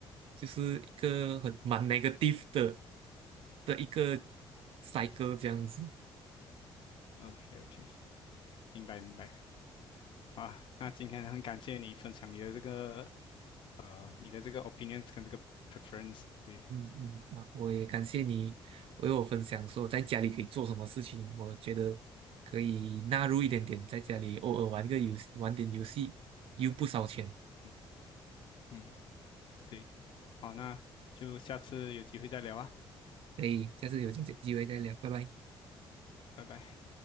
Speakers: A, on the right; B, on the left.
A: 就是一个很蛮 negative 的的一个 cycle 这样子。
B: OK OK，明白明白。啊，那今天很感谢你分享你的这个呃，你的这个 opinions 跟这个 preference，对，
A: 嗯嗯嗯啊，我也感谢你为我分享说在家里可以做什么事情。我觉得可以纳入一点点，在家里偶尔玩个游戏，玩点游戏，又不烧钱。
B: 嗯嗯，对，好，那就下次有机会再聊啊，
A: 可以，下次有这机会再聊，拜拜。
B: 拜拜。